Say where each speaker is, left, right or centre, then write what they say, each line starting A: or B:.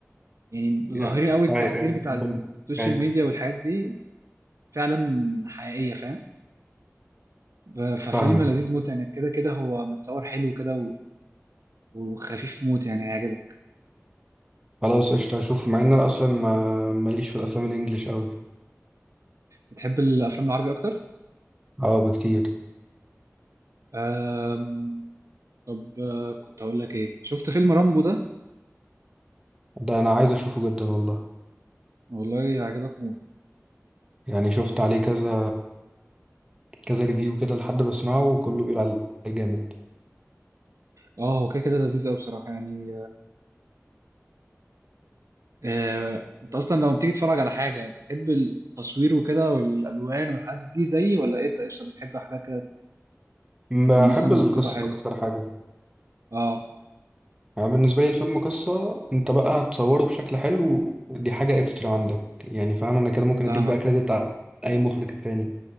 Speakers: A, on the right (about 70°); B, on the right (about 15°).
A: يعني
B: يا-
A: ظاهرين قوي التأثير
B: اي اي بم-
A: بتاع السوشيال
B: اي.
A: ميديا والحاجات دي فعلا حقيقية فاهم ب- ففيلم
B: فاهمك
A: لذيذ موت يعني كده كده هو متصور حلو كده وخفيف موت يعني هيعجبك
B: خلاص قشطه اشوفه مع ان انا اصلا ما ماليش في الافلام الانجليش قوي
A: بتحب الافلام العربي اكتر
B: اه بكتير
A: أم... طب آه، كنت اقول لك ايه شفت فيلم رامبو ده
B: ده انا عايز اشوفه جدا والله
A: والله هيعجبك موت
B: يعني شفت عليه كذا كذا ريفيو كده لحد بسمعه وكله بيقول عليه جامد
A: اه هو كده كده لذيذ قوي بصراحه يعني آه، انت اصلا لما بتيجي تتفرج على حاجه بتحب التصوير وكده والالوان والحاجات دي زيي ولا ايه انت قشطه بتحب حاجات كده تكون
B: بحب
A: مثلا مكتوبه
B: القصة
A: حلو
B: أكتر حاجة
A: اه
B: يعني بالنسبة لي الفيلم قصة أنت بقى هتصوره بشكل حلو دي حاجة إكسترا عندك يعني فاهم أنا كده ممكن
A: فاهمك
B: أديك بقى كريدت على أي مخرج تاني